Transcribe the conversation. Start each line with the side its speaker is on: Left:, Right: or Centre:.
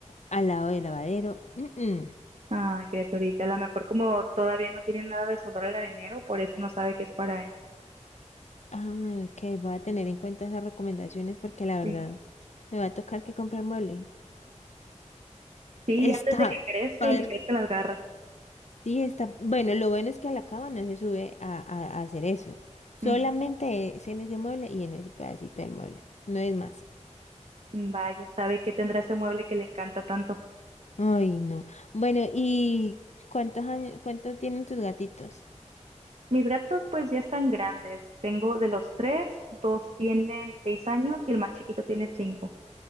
Left: al lado del lavadero. Mm, mm.
Right: Ay, criaturita, a lo mejor como todavía no tienen nada de su olor al arenero, por eso no sabe que es para él.
Left: Ah, ok, voy a tener en cuenta esas recomendaciones porque la
Right: Sí,
Left: verdad me va a tocar que comprar mueble.
Right: sí,
Left: Está
Right: y antes de que crezca
Left: pa'
Right: y le crezcan las garras.
Left: Sí, está. Bueno, lo bueno es que a la cama no se sube a, a- a hacer eso. Solamente
Right: Ujú.
Left: es en ese mueble y en ese pedacito del mueble. No es más.
Right: Vaya, sabe que tendrá ese mueble que le encanta tanto.
Left: Ay, no. Bueno, ¿y cuántos años, cuánto tienen tus gatitos?
Right: Mis gatos pues ya están grandes. Tengo de los tres, dos tienen seis años y el más chiquito tiene cinco.